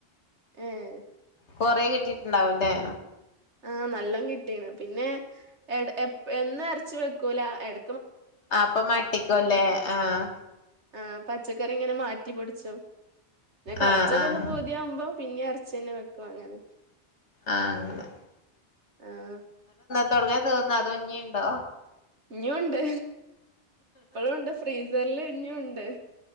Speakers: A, on the right; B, on the left.
A: ഏഹ്
B: കൊറെ കിട്ടിട്ടുണ്ടാവുല്ലേ.
A: ആഹ് നല്ലണം കിട്ടീണ് പിന്നെ എട എപ്പ എന്നും എറച്ചി വെക്കൂല എട
B: അപ്പോ മട്ടിക്കുല്ലേ ആഹ്.
A: ആ പച്ചക്കറി ഇങ്ങനെ മാറ്റിപിടിച്ചും. പിന്നെ കൊറച്ചൊക്കെ
B: ആഹ് ആഹ്
A: ഒന്ന് പൂതിയാവുമ്പോ. പിന്നെ ഇറച്ചി തന്നെ വെക്കും അങ്ങനെ.
B: ആ അങ്ങനെ
A: ആഹ്
B: തുടങ്ങാൻ തീർന്നോ? അതൊഞ്ഞിയുണ്ടോ?
A: ഇനീയും ഉണ്ട്. ഇപ്പളൂണ്ട് ഫ്രീസറില് ഇനിയുണ്ട്.